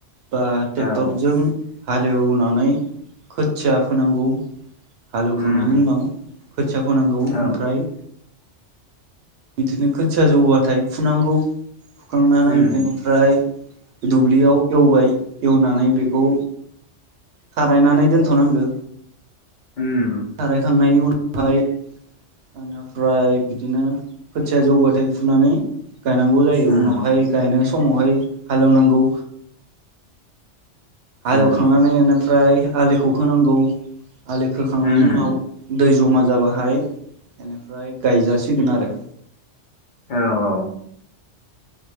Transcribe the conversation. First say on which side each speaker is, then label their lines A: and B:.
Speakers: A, on the right (about 65°); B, on the left (about 60°).
A: बा टेक्टरजों
B: औ
A: हालेवना नै खोथिया फोनांगौ हालौवखांनायनि
B: उम
A: उनाव खोथिया फोनांगौ
B: औ
A: ओमफ्राय बिदिनो खोथिया जौबाथाय फुनांगौ फुखांनानै
B: उम
A: बेनिफ्राय दुब्लियाव एवबाय एवनानै बेखौ खारायनानै दोनथनांगौ
B: उम
A: खारायखांनायनि उनावहाय ओनिफ्राय बिदिनो खोथिया जौबाथाय फुनानै गायनांगौ जायो
B: उम
A: उनावहाय गायनाय समावहाय हालएवनांगौ हाल
B: उम
A: एवखांनानै ओमफ्राय आलिखौ खोनांगौ आलि खोखांनायनि
B: उम
A: उनाव दै ज'मा जा जाबाहाय बेनिफ्राय गायजासिगोन आरो
B: औ औ